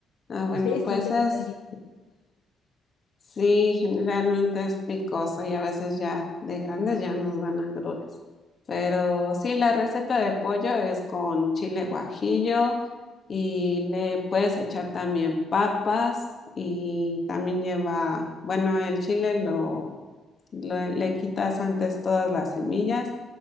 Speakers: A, on the left; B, on the left.
A: Ah, bueno,
B: Ustedes
A: pues
B: son de
A: es,
B: comer bien.
A: sí, generalmente es picoso y a veces ya de grandes ya nos dan agruras. Pero sí, la receta de pollo es con chile guajillo y le puedes echar también papas y también lleva, bueno, el chile lo, lo- le quitas antes todas las semillas